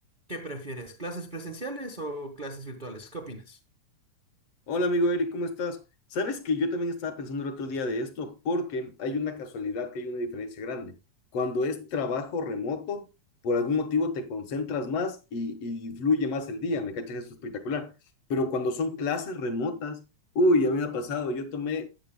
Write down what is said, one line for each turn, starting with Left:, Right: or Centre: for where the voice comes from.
Right: ¿Qué prefieres? ¿Clases presenciales o clases virtuales? ¿Qué opinas?
Left: Hola amigo Eric, ¿cómo estás? Sabes que yo también estaba pensando el otro día de esto porque hay una casualidad que hay una diferencia grande. Cuando es trabajo remoto, por algún motivo te concentras más y, y fluye más el día, ¿me cachas? Eso es espectacular. Pero cuando son clases remotas, uy, a mí me ha pasado, yo tomé